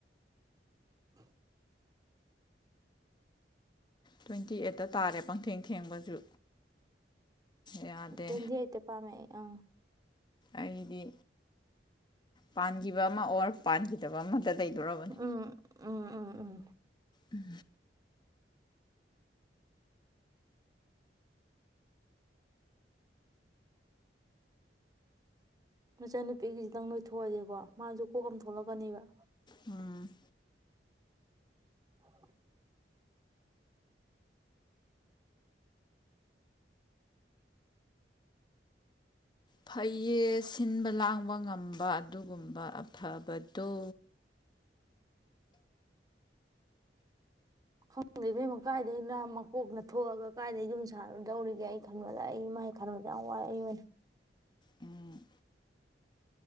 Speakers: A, on the right; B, on the left.
A: <unintelligible>
B: ꯇ꯭ꯋꯦꯟꯇꯤ ꯑꯩꯠꯇ ꯇꯥꯔꯦ ꯄꯪꯊꯦꯡ ꯊꯦꯡꯕꯁꯨ ꯌꯥꯗꯦ
A: ꯇ꯭ꯋꯦꯟꯇꯤ ꯑꯩꯠꯇ ꯄꯥꯃꯦ ꯑꯩ ꯑꯪ
B: ꯑꯩꯗꯤ ꯄꯥꯟ ꯖꯤꯕ ꯑꯃ ꯑꯣꯔ ꯄꯥꯟ ꯇꯕꯃꯟ ꯇꯩꯗꯣꯔꯔꯕꯅꯤ
A: ꯎꯝ ꯎꯝ ꯎꯝ ꯎꯝ
B: ꯎꯝ
A: ꯃꯆꯟꯅꯨꯄꯤꯒꯤꯁꯤꯗꯪ ꯂꯣꯏꯊꯣꯛꯑꯁꯦꯀꯣ ꯃꯥꯁꯨ ꯀꯣꯛ ꯑꯃ ꯊꯣꯛꯂꯛꯀꯅꯦꯕ
B: ꯎꯝ
A: <unintelligible>
B: ꯐꯩꯌꯦ ꯁꯤꯟꯕ ꯂꯥꯡꯕ ꯉꯝꯕ ꯑꯗꯨꯒꯨꯝꯕ ꯑꯐꯕꯗꯨ
A: ꯈꯪꯗꯦ ꯏꯕꯦꯝꯃ ꯀꯥꯏꯗꯩꯅ ꯃꯀꯣꯛꯅ ꯊꯣꯛꯑꯒ ꯀꯥꯏꯗꯩ ꯌꯨꯝ ꯁꯥꯔꯨꯗꯧꯔꯤꯒꯦ ꯑꯩ ꯈꯟꯕꯗ ꯑꯩ ꯃꯥꯏ ꯈꯟꯕꯗ ꯌꯥꯝ ꯋꯥꯏ ꯑꯩ ꯑꯣꯏꯅ
B: ꯎꯝ